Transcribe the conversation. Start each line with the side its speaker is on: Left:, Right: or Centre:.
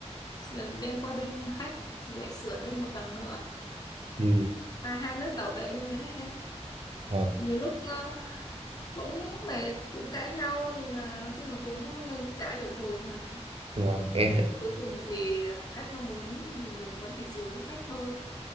Left: sửa- đem qua bên khách thì lại sửa thêm một tầng nữa
Right: Ừ,
Left: và hai lớp bảo vệ như thế đấy em
Right: vâng,
Left: nhiều lúc ờ, cũng mệt cũng cãi nhau nhưng mà nói chung là cũng ờ, cãi rồi thôi mà
Right: vâng.
Left: tại
Right: Em,
Left: vì cuối cùng thì ờ, khách nó muốn thì mình vẫn phải chiều theo khách thôi